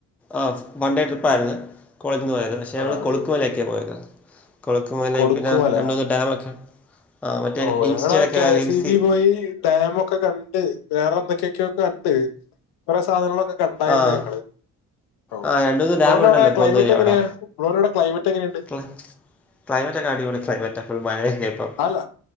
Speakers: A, in the centre; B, on the left (about 65°).
A: ആഹ് വൺ ഡേ ട്രിപ്പായിരുന്നു കോളേജിൽ നിന്ന് പോയത് ക്ഷേ ഞങ്ങൾ
B: ആഹ്
A: കൊളുക്കുമല ഒക്കെയാണ് പോയത് കൊളുക്കുമല
B: കൊടുക്കുമല
A: പിന്നെ രണ്ട മൂന്ന് ഡാമൊക്കെ ആ മറ്റേ
B: ഓ
A: ഇൻസ്റ്റയിലൊക്കെ
B: ഞങ്ങള് കെസ്
A: റീൽസ്
B: ഇ ബി പോയി ഡാം ഒക്കെ കണ്ട് വേറെ എന്തൊക്കെയൊക്കെയൊക്കെ കണ്ട് കുറെേ സാധനങ്ങളൊക്കെ കണ്ടായിരുന്നു
A: ആഹ്
B: ഞങ്ങള് ഓ
A: ആഹ് രണ്ട് മൂന്ന്
B: ബ്രോന്റെ
A: ഡാം ഉണ്ടല്ലോ
B: അവിടെ ക്ലൈമറ്റ്
A: പോകുന്ന വഴി
B: എങ്ങനെയാ
A: അവിടെ
B: ബ്രോന്റെ അവിടെ ക്ലൈമറ്റ് എങ്ങനെയണ്ട്
A: ക്ലൈ ക്ലൈമറ്റ് ഒക്കെ അടിപൊളി ക്ലൈമറ്റ ഫുൾ മഴയൊക്കെ ഇപ്പം
B: അല്ല